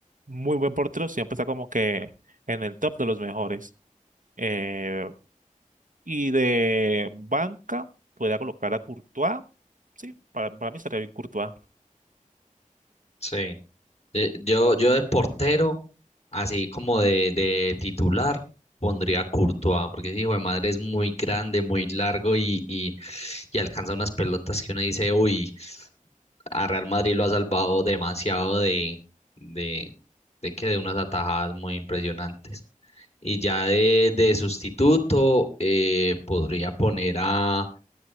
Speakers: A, on the right (about 70°); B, on the left (about 50°).
A: muy buen portero, siempre está como que en el top de los mejores. Eh, y de banca, podría colocar a Courtois, sí, para, para mí estaría bien Courtois.
B: Sí. Eh, Yo, yo de portero, así como de, de titular, pondría Courtois, porque ese hijo de madre es muy grande, muy largo y, y, y alcanza unas pelotas que uno dice, uy, a Real Madrid lo ha salvado demasiado de, de, de que de unas atajadas muy impresionantes. Y ya de, de sustituto, eh, podría poner a,